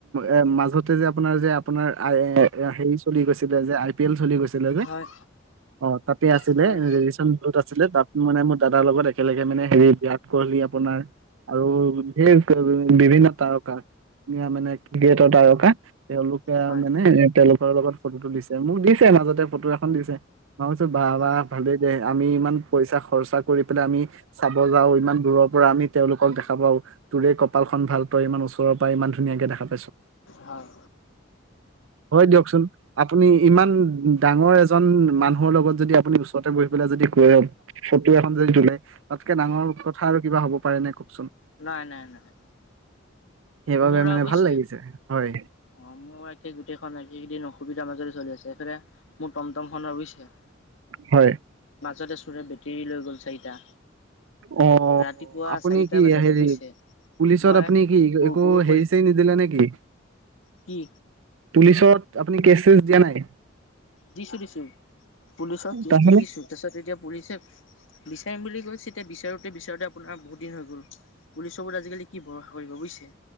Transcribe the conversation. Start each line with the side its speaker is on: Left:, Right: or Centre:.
Right: এ মাজতে যে আপোনাৰ যে আপোনাৰ আই এ হেৰি চলি গৈছিলে যে আই পি এল চলি গৈছিল
Left: হয়,
Right: অ তাতে আছিলে
Left: হয়,
Right: ৰেদিয়েচন টোত আছিলে তাত মানে মোৰ দাদাৰ লগত একেলগে মানে হেৰি বিৰাট কোহলি আপোনাৰ আৰুে বিভিন্ন তাৰকা মানে <unintelligible> তেওঁলোকে
Left: হয়,
Right: মানে তেওঁলোক ৰ লগত ফটো তুলিছে মোক দিছে মাজতে ফটো এখন দিছে মই কৈছোঁ বা
Left: হয়,
Right: বা ভালে দে। আমি ইমান পইচা খৰচা কৰি পেলাই আমি চাব যাও ইমান দূৰৰ পৰা আমি তেওঁলোকক দেখা পাও তোৰে কপাল খন ভাল পই ইমান ওচৰৰ পৰা ইমান ধুনীয়াকে দেখা পাওঁ
Left: হয়,
Right: হয় দিয়কচোন আপুনি ইমান। ডাঙৰ এজন মানুহৰ লগত যদি আপুনি ওচৰতে বহি পেলাই যদি কৈ ফটো এখন যদি তোলে তাতকে ডাঙৰ কথা আৰু কিবা হ'ব পাৰে নে কওকচোন
Left: নাই নাই নাই
Right: সেইবাবে
Left: মোৰ
Right: মানে
Left: আৰু বুজিছে
Right: ভাল লাগিছে হয়
Left: অ মোৰ একে গোটেইখন একেইকেইদিন অসুবিধাৰ মাজত চলি আছে সেইফালে মোৰ টমটম খন ইছে
Right: হয়।
Left: মাজতে চোৰে বেটেৰী লৈ গ'ল চাৰিটা।
Right: অ
Left: ৰাতিপুৱা
Right: আপুনি
Left: চাৰিটা
Right: কি
Left: বজাতে
Right: হেৰি
Left: বুজিছে,
Right: পুলিচত
Left: মই
Right: আপুনি কি
Left: গ-গৰুসৰী
Right: একো হেৰি চেৰি নিদিলে নেকি?
Left: কি
Right: পুলিচত আপুনি কেছ চেছ দিয়া নাই।
Left: দিছোঁ দিছোঁ, পুলিচক কেছটো
Right: তাহলে
Left: দিছোঁ, তাৰপিছত এতিয়া পুলিচে বিচাৰিম বুলি কৈছে, এতিয়া বিচাৰোঁতে বিচাৰোঁতে আপোনাৰ বহুত দিন হৈ গ'ল, পুলিক আজিকালি কি ভৰসা কৰিব বুজিছে।